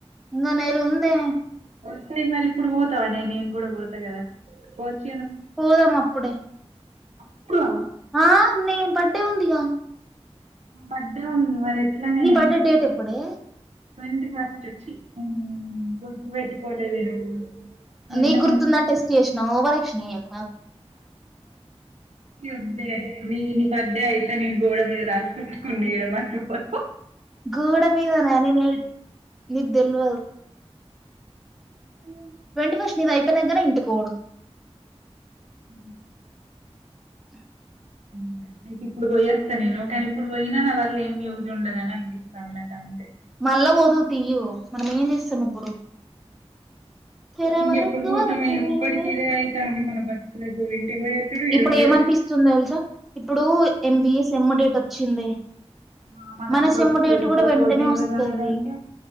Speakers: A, in the centre; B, on the right (about 80°).
A: ఇంకా నెల ఉందే
B: ఒసేయ్ మరి ఇప్పుడు పోతావానే నేను కూడా పోతా కదా పోవచ్చ
A: పోదాం అప్పుడే
B: అప్పుడా
A: ఆ నే బర్డె ఉంది గ
B: బర్డే ఉంది మరి ఎట్లనే
A: నీ బర్డే డేట్ ఎప్పుడే
B: ట్వంటీ ఫస్ట్ ఛ్చి మ్ గుర్తుపెట్టుకో లేదే నువ్వు నిన్న
A: నీ గుర్తుందని టెస్ట్ చేషిన ఓవరేక్షన్ ఎయ్యకు
B: ఎబ్బె నేను బర్త్డే అయితే నేను గోడ మీద రాసి పెట్టుకుని ఇడ మర్పో
A: గోడ మీద నానే నే నీకు దెల్వదు
B: అవు
A: ట్వంటి ఫస్ట్ నీద అయిపోయినాక గాని ఇంత కూడదు
B: ఉ
A: మే
B: మేఘమే ఇప్పుడు పోయేస్తా నేను కానీ ఇప్పుడు పోయినా నా వల్ల ఏం యూస్ ఉండదని అనిపిస్తున్నాది నాకు అంతే
A: మళ్ళా పోదువు తీయుయు మనం ఏం చేస్తాం ఇప్పుడు తెర
B: ఇంక
A: వరకు
B: ఎప్పుడుకి పోతామ
A: వరకు
B: ఎప్పటికి
A: వరకు
B: ఇదే అయి తంది మన బతుకులకు ఇంటికి పోయేటప్పుడు ఇడుండు
A: ఇప్పుడు ఏమనిపిస్తుంది తెల్సా ఇప్పుడు ఎంబిఎస్ సేమ్ డేట్ వచ్చింది
B: ఆ మనకు
A: మన
B: గూడా
A: సెమ్
B: వస్తది
A: డేట్
B: ఇప్పుడు
A: కూడా వెంటనే
B: కోచింగ్
A: వస్తది
B: లో జాయిన్ అయితే